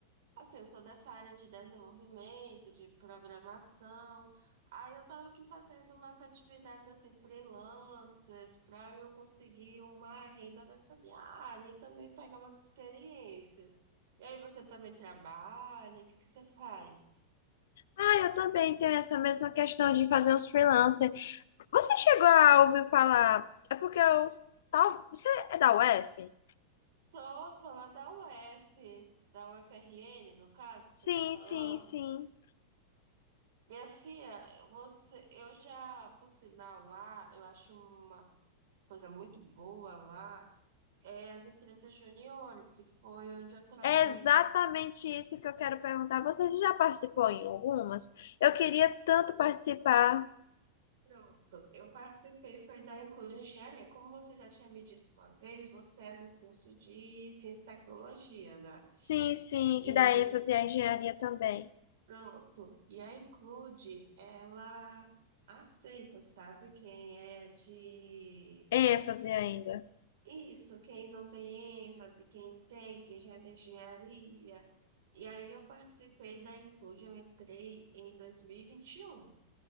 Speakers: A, on the right (about 70°); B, on the left (about 75°).
A: assim, eu sou dessa área de desenvolvimento, de programação. Aí eu tava aqui fazendo umas atividades, assim, freelancers, pra eu conseguir uma renda nessa minha área e também pegar umas experiências. E aí, você também trabalha? O que que você faz?
B: Ai, eu também tenho essa mesma questão de fazer uns freelancer. Você chegou a ouvir falar? É porque eu. Tal... Você é da UF?
A: Sou, sou lá da UF, da UFRN, no caso, você
B: Sim,
A: tá falando.
B: sim, sim.
A: Minha filha, eu- você, eu já, por sinal, lá, eu acho uma coisa muito boa lá, é as empresas juniores, que foi onde eu trabalhei.
B: É exatamente isso que eu quero perguntar. Você já participou em algumas? Eu queria tanto participar.
A: Pronto, eu participei, foi da Inclui Engenharia. Como você já tinha me dito uma vez, você é do curso de Ciência e Tecnologia, né?
B: Sim, sim,
A: e
B: que dá ênfase à engenharia também.
A: Pronto. E a Include, ela aceita, sabe? Quem é de.
B: ênfase ainda.
A: Isso, quem não tem ênfase, quem tem, quem já é da engenharia. E aí eu participei da Include, eu entrei em 2021.